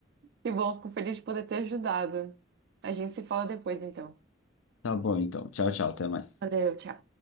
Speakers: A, on the right (about 55°); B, on the left (about 85°).
A: que bom, fico feliz de poder ter ajudado. A gente se fala depois, então.
B: Tá bom, então. Tchau, tchau. Até mais.
A: Valeu, tchau.